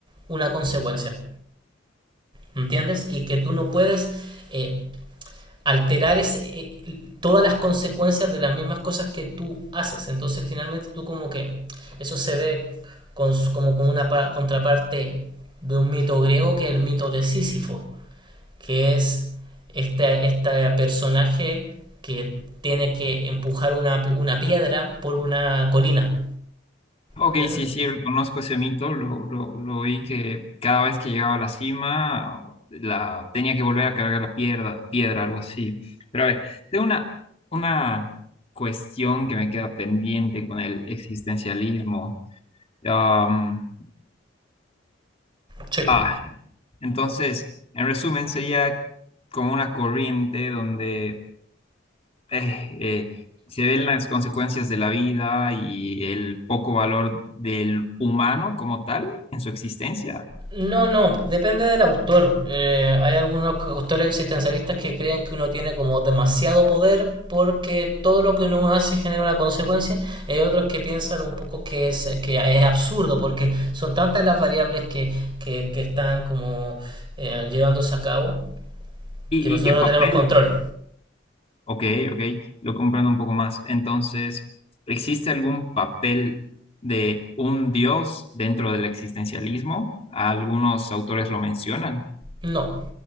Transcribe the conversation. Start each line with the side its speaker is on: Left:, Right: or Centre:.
Right: una consecuencia, ¿entiendes? Y que tú no puedes eh, alterar ese, eh, todas las consecuencias de las mismas cosas que tú haces. Entonces finalmente tú como que eso se ve con, como con una contraparte de un mito griego que es el mito de Sísifo, que es este, este personaje que tiene que empujar una, una piedra por una colina.
Left: Ok,
Right: ¿Entiendes?
Left: sí, sí, reconozco ese mito, lo, lo, lo oí que cada vez que llegaba a la cima la, tenía que volver a cargar la piedra, piedra, algo así. Pero a ver, tengo una, una cuestión que me queda pendiente con el existencialismo. Am,
Right: Sí.
Left: ah, entonces, en resumen, sería como una corriente donde eh, eh, se ven las consecuencias de la vida y el poco valor del humano como tal en su existencia.
Right: No, no, depende del autor. Eh, hay algunos autores existencialistas que creen que uno tiene como demasiado poder porque todo lo que uno hace genera una consecuencia. Y hay otros que piensan un poco que es, que es absurdo porque son tantas las variables que, que, que están como eh, llevándose a cabo
Left: ¿Y,
Right: que nosotros
Left: y qué papel?
Right: no tenemos control.
Left: Ok, ok, lo comprendo un poco más. Entonces, ¿existe algún papel de un dios dentro del existencialismo? Algunos autores lo mencionan.
Right: No,